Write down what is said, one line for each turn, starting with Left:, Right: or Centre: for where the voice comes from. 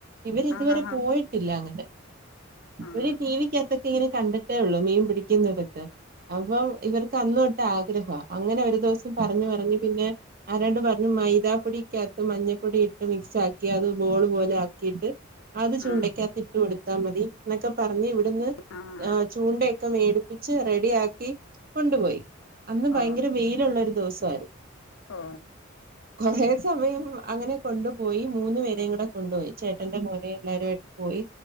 Right: ഇവര് ഇതുവരെ
Left: ആഹ് ആഹ്
Right: പോയിട്ടില്ലങ്ങനെ
Left: ആഹ്
Right: ഇവര് ടിവിക്കാത്ത് ങ്ങനെ കണ്ടിട്ടേ ഉള്ളൂ മീൻ പിടിക്കുന്നവരെയൊക്കെ അപ്പം ഇവർക്ക് അന്നോട്ട് ആഗ്രഹാ അങ്ങനെ ഒരു ദിവസം പറഞ്ഞ് പറഞ്ഞ് പിന്നെ ആരാണ്ട് പറഞ്ഞു മൈദാപ്പൊടിക്കാത്ത് മഞ്ഞപ്പൊടി ഇട്ട് മിക്സ് ആക്കി അത് ബോള് പോലെ ആക്കീട്ട് അത് ചൂണ്ടക്കാത്ത്
Left: ആഹ്
Right: ഇട്ട് കൊടുത്ത് താൻ മതി എന്നൊക്കെ പറഞ്ഞ് വി വിന്ന്
Left: ആഹ്
Right: ആ ചൂണ്ട ഒക്കെ മേടിപ്പിച്ച് റെഡിയാക്കി കൊണ്ടുപോയി അന്ന്
Left: ഓ
Right: ഭയങ്കര വെയിലുള്ളൊരു ദിവസായിരു
Left: ഓ
Right: കുറേ സമയം അങ്ങനെ കൊണ്ടുപോയി മൂന്ന് പേരേം കൂടെ കൊണ്ടോയി ചേട്ടന്റെ മോനെ എല്ലാവരുവായിട്ട് പോയി